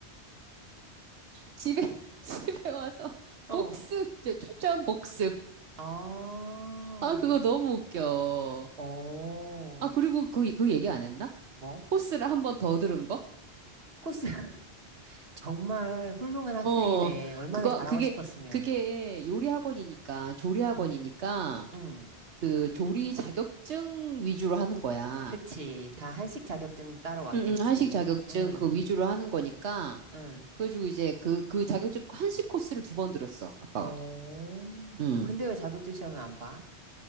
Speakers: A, on the right (about 80°); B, on the right (about 60°).
A: 집에, <laughs> 집에 와서
B: 어.
A: 복습, 이제 철저한 복습.
B: 아.
A: 아, 그거 너무 웃겨.
B: 어,
A: 아, 그리고 그, 그 얘기 안 했나?
B: 뭐?
A: 코스를 한 번 더 들은 거?
B: 코스 <laughs> 정말 훌륭한 학생이네.
A: 어,
B: 얼마나
A: 그거,
B: 잘하고
A: 그게,
B: 싶었으면.
A: 그게 요리 학원이니까, 조리 학원이니까,
B: 응, 응.
A: 그 조리 자격증 위주로 하는 거야.
B: 그치. 다 한식 자격증 따러 왔겠지.
A: 응, 응, 한식 자격증
B: 응,
A: 그거 위주로 하는 거니까,
B: 응.
A: 그래가지고 이제 그, 그 자격증 한식 코스를 두 번 들었어, 아빠가.
B: 어,
A: 응,
B: 근데 왜 자격증 시험을 안 봐?